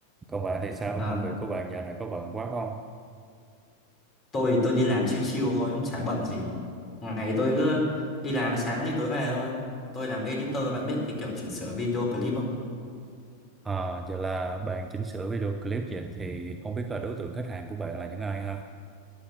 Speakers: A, on the right; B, on the left.
A: còn bạn thì sao
B: ờ.
A: công việc của bạn dạo này có bận quá không
B: Tôi tôi đi làm chill chill thôi, cũng chả bận gì. Ngày tôi cứ đi làm sáng thì tối về thôi. Tôi làm editor, bạn biết cái kiểu chỉnh sửa video clip không?
A: à, giờ là bạn chỉnh sửa video clip vậy thì không biết là đối tượng khách hàng của bạn là những ai ha